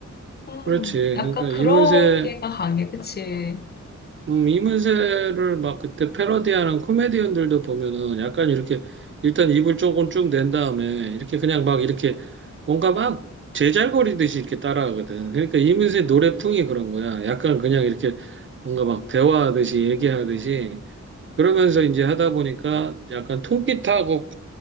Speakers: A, on the left; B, on the right.
A: 음,
B: 그렇지.
A: 약간
B: 그러니까
A: 그런
B: 이문세
A: 게가 강해, 그치?
B: 음, 이문세를 막 그때 패러디하는 코미디언들도 보면은 약간 이렇게 일단 입을 조금 쭉 낸 다음에 이렇게 그냥 막 이렇게 뭔가 막 제잘거리듯이 이렇게 따라하거든. 그러니까 이문세 노래풍이 그런 거야. 약간 그냥 이렇게 뭔가 막 대화하듯이 얘기하듯이 그러면서 이제 하다 보니까 약간 통기타하고